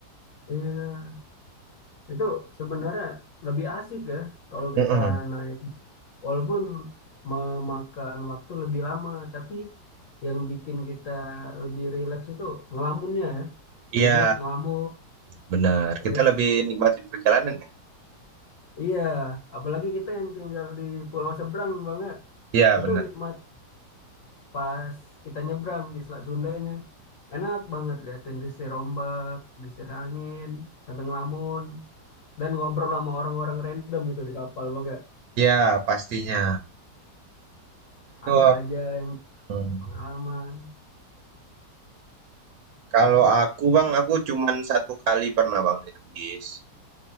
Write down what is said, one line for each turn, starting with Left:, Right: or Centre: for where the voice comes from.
Left: Iya, itu sebenarnya lebih asik ya kalau
Right: Mhm,
Left: kita naik. Walaupun memakan waktu lebih lama, tapi yang bikin kita lebih rileks itu ngelamunnya ya.
Right: iya,
Left: Duduk ngelamun,
Right: benar,
Left: terus
Right: kita lebih nikmatin perjalanan ya?
Left: Iya, apalagi kita yang tinggal di pulau seberang Bang ya.
Right: Iya
Left: Itu
Right: benar,
Left: nikmat pas kita nyebrang di Selat Sundanya. Enak banget liatin desir ombak, desir angin, sampai ngelamun dan ngobrol sama orang-orang random gitu di kapal Bang ya.
Right: iya pastinya, itu
Left: Apa aja yang
Right: mhm,
Left: pengalaman.
Right: kalau aku Bang, aku cuman satu kali pernah Bang naik bis,